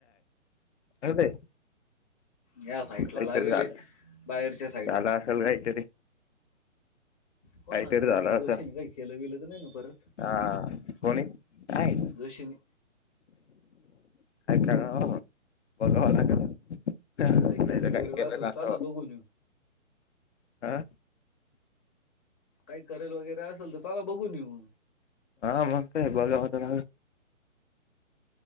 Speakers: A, on the left; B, on the left.
A: अ ते
B: या साईडला
A: काहीतरी
B: लागले
A: झालं
B: बाहेरच्या साईडला
A: झालं असेल काहीतरी काहीतरी
B: हो ना
A: झालं
B: जोशी
A: असं
B: ना काही खेलं गेलं तर नाही ना परत
A: हा कोणी काय
B: जोशी खशीन
A: अ का बघवा का नाही
B: करेल
A: तर
B: वगैरे
A: काही केलेलं
B: असेल
A: असव
B: चला बघून येऊ
A: हा
B: काही करेल वगैरे असेल तर चला बघून येऊ
A: हा मग काय बघा होता